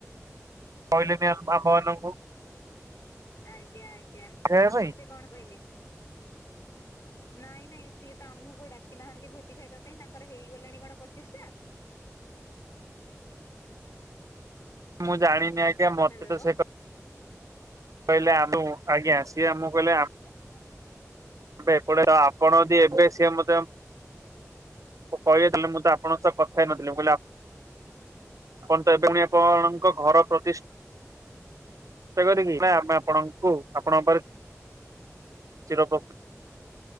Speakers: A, on the right; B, on the left.
A: କହିଲେନି ଆମ ମାନଙ୍କୁ
B: ଆଜ୍ଞା ଆଜ୍ଞା
A: ଖାଇବା
B: ତାପରେ
A: ପାଇଁ
B: ସେ କଣ୍ କହିଲେ? ନାଇଁ ନାଇଁ ସିଏ ତ ଆମକୁ ଡାକି ନାହାନ୍ତି ଭୋଜି ଖାଇବା ପାଇଁ ତାଙ୍କର ହେଇଗଲାଣି କଣ୍ ପଚିଶ ଟା?
A: ମୁଁ ଜାଣିନି ଆଜ୍ଞା ମତେ
B: ହ୍ୟାଲୋ
A: ତ ସେ କହିଲେ ଆମ ଆଜ୍ଞା ସିଏ ଆମକୁ କହିଲେ
B: <unintelligible>
A: ଏବେ ଏପଟେ ଟା ଆପଣ ଅଦିଏବେସିଏ <unintelligible> <unintelligible> ମୁଁ ତ ଆପଣଙ୍କ ସହ କଥାହେଇ ନଥିଲିମୁଁ କହିଲି ଆପଣ ଆପଣ ତ ଏବେ ପୁଣି ଆପଣଙ୍କ ଘର ପ୍ରତିଷ୍ <unintelligible> କରିକି ଆମେ ଆପଣଙ୍କୁ ଆପଣଙ୍କ <unintelligible>